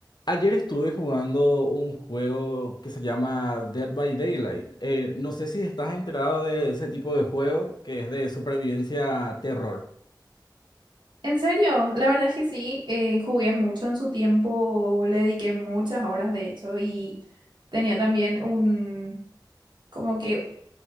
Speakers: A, on the left (about 65°); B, on the right (about 70°).
A: Ayer estuve jugando un juego que se llama Dead by Daylight. Eh, no sé si estás enterado de ese tipo de juego que es de supervivencia terror.
B: En serio, la verdad es que sí, eh, jugué mucho en su tiempo, le dediqué muchas horas de hecho y tenía también un, como que